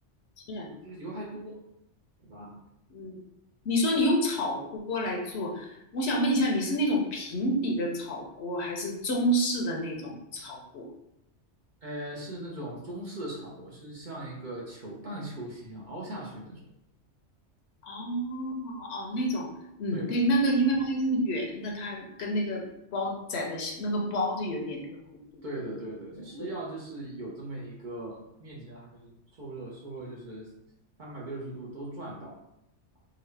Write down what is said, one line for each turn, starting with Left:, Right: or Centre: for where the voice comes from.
Left: 是，
Right: 就是油还多，对吧？
Left: 嗯，你说你用炒锅来做，我想问一下，你是那种平底的炒锅，还是中式的那种炒锅？
Right: 呃，是那种中式的炒锅，是像一个球半球形一样凹下去那种。
Left: 哦哦，那种，嗯，
Right: 对的，
Left: 对，那个，因为它是圆的，它跟那个包仔的那个包就有点那个弧度，
Right: 对的，对的，就是要就是有这么一个面积，
Left: 对，<laughs> 不是，
Right: 让它就是受热，受热就是三百六十度都转到，啊